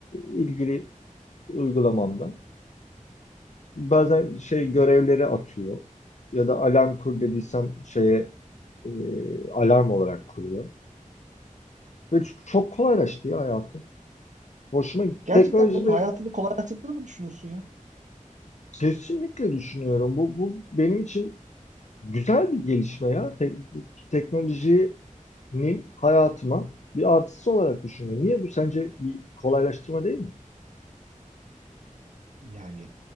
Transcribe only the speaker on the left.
ilgili uygulamamdan. Bazen şey görevleri atıyor ya da alarm kur dediysem şeye e, alarm olarak kuruyor. Ve ç- çok kolaylaştı ya hayatım. Hoşuma gitti.
Teknolojileri
kesinlikle düşünüyorum. Bu, bu benim için güzel bir gelişme ya. Tek, teknolojinin hayatıma bir artısı olarak düşünüyorum. Niye bu sence bir kolaylaştırma değil mi?